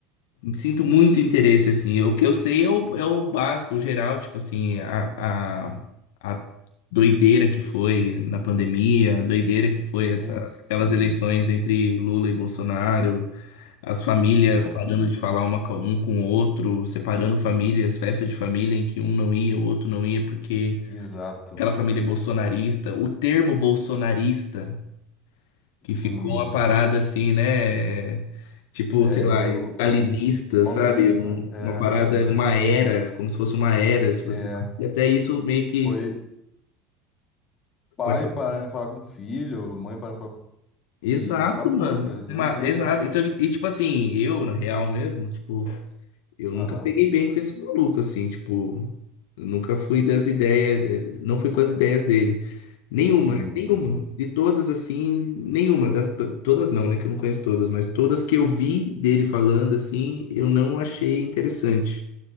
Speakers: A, on the left (about 80°); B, on the left (about 35°).
A: sinto muito interesse, assim. O que eu sei é o, é o básico, o geral, tipo assim, a, a, a doideira que foi na pandemia, a doideira que foi essa,
B: Putz,
A: aquelas
B: sim.
A: eleições entre Lula e Bolsonaro. As famílias
B: Pior
A: parando
B: que.
A: de falar uma com um com o outro, separando famílias, festa de família em que um não ia, o outro não ia, porque
B: Exato.
A: aquela família é bolsonarista. O termo bolsonarista, que
B: Sim.
A: ficou uma parada assim, né? Tipo,
B: É
A: sei lá,
B: meio
A: stalinista,
B: m- mal
A: sabe?
B: visto,
A: Um-
B: né? É,
A: uma parada,
B: sabe?
A: uma era, como se fosse uma era. Tipo
B: É.
A: assim, e até isso meio que.
B: Foi pai
A: pode-
B: parando de falar com o filho, mãe parando de falar com.
A: Exato,
B: E acabou,
A: mano.
B: tá? ligado?
A: Uma-
B: Doideira.
A: Exato. Então, tipo- e tipo assim, eu, na real mesmo, tipo. Eu
B: Aham.
A: nunca peguei bem com esse maluco, assim, tipo, eu nunca fui das ideias, eh, não fui com as ideias dele. Nenhuma,
B: Sim, sim,
A: nenhuma.
B: sim.
A: De todas, assim, nenhuma. da- to- todas não, né? Que eu não conheço todas, mas todas que eu vi dele falando, assim, eu não achei interessante.